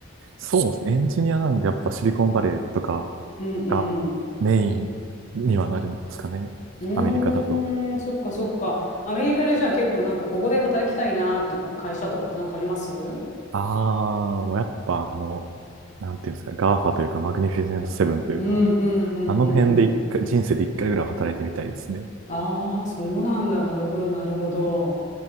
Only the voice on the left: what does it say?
うんうん。
うーん、
そっかそっか。アメリカでじゃあ結構なんかここで働きたいなーっていうか会社とかってなんかありますうん
うんうんうん。
ああ、そうなんだ。なるほどなるほど。